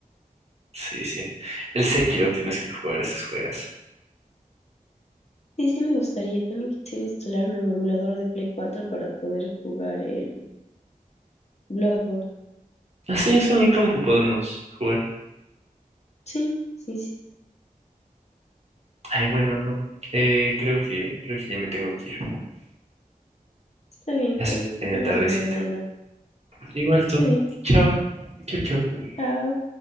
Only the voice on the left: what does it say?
Sí, sí me gustaría. También quisiera instalarme un emulador de Play 4 para poder jugar el Bloodborne.
Sí, sí, sí. sí.
Está bien,
cariño.
Que tengas
una buena noche.
Está bien.
Chao.